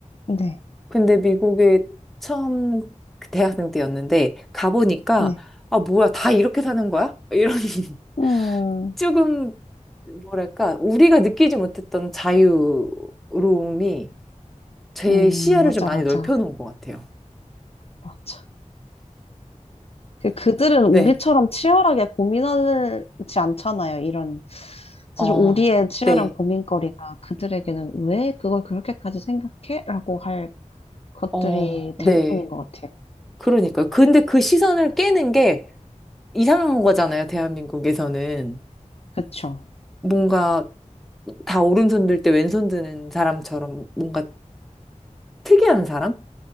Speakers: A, on the left; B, in the centre.
A: 네.
B: 근데 미국에 처음 그 대학생 때였는데 가보니까
A: 네.
B: 아 뭐야 다 이렇게 사는 거야? 이런 <laughs>
A: 음,
B: 조금 뭐랄까 우리가 느끼지 못했던 자유로움이 제
A: 음,
B: 시야를
A: 맞아,
B: 좀 많이
A: 맞아.
B: 넓혀놓은 것 같아요.
A: 맞아. 그- 그들은
B: 네.
A: 우리처럼 치열하게 고민하지 않잖아요. 이런 사실
B: 어,
A: 우리의 치열한
B: 네,
A: 고민거리가 그들에게는 왜 그걸 그렇게까지 생각해? 라고 할 것들이
B: 어, 네.
A: 대부분인 것 같아요.
B: 그러니까요. 근데 그 시선을 깨는 게 이상한 거잖아요, 대한민국에서는.
A: 그쵸?
B: 뭔가 다 오른손 들 때 왼손 드는 사람처럼 뭔가 특이한 사람?